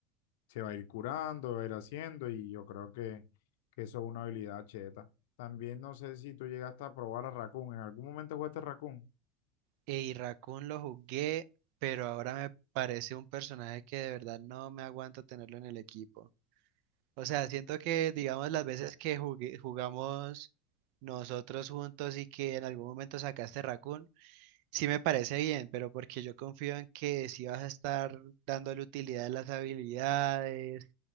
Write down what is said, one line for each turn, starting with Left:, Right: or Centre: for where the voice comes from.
Left: se va a ir curando, va a ir haciendo, y yo creo que, que eso es una habilidad cheta. También no sé si tú llegaste a probar a Raccoon. ¿En algún momento jugaste Raccoon?
Right: Y Raccoon lo jugué, pero ahora me parece un personaje que de verdad no me aguanto tenerlo en el equipo. O sea, siento que, digamos, las veces que jugué- jugamos nosotros juntos y que en algún momento sacaste Raccoon, sí me parece bien, pero porque yo confío en que sí vas a estar dándole utilidad a las habilidades